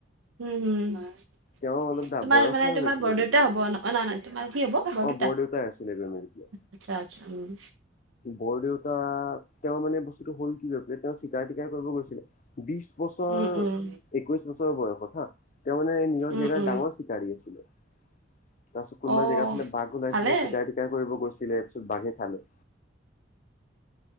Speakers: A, on the right; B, on the left.
A: উম, হোঁ! হয়।
B: তেওঁ অলপ
A: তোমাৰ
B: বয়সীয়াল
A: মানে, তোমাৰ
B: হৈছিলে
A: বৰদেউতা
B: গৈ পেলাই
A: হ'ব ন'? অ'! নহয়, নহয়, তোমাৰ কি হ'ব, বৰদেউতা?
B: অ' বৰ দেউতাই আছিলে গৈ মেলি পেলাই
A: আচ্ছা, আচ্ছা, উম।
B: বৰদেউতা, তেওঁৰ মানে, বস্তুটো হ'ল কি! <unintelligible> তেওঁ চিকাৰ-টিকাৰ কৰিব গৈছিলে। বিছ বছৰ
A: উম উম
B: একৈশ বছৰ বয়সত হা তেতিয়া মানে নিজৰ
A: উম
B: জেগাৰ
A: উম
B: ডাঙৰ চিকাৰী আছিলে। তাৰপিছত কোনবা
A: অ
B: জেগা ফালে বাঘ ওলাইছিলে
A: ভালে
B: চিকাই-টিকাৰ কৰিব গৈছিলে তাৰ পিছত বাঘে খালে।